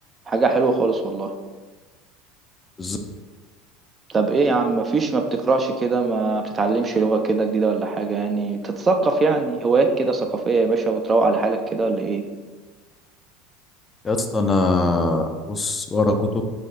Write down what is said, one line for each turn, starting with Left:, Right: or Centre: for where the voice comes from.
Right: حاجة حلوة خالص والله
Left: بالظبط
Right: طب ايه يا عم مفيش ما بتقرأش كده ما بتتعلمش لغة كده جديدة ولا حاجة يعني تتثقف يعني هوايات كده ثقافية يا باشا وتروق على حالك كده ولا ايه
Left: يا اسطى انا بص ورا كتب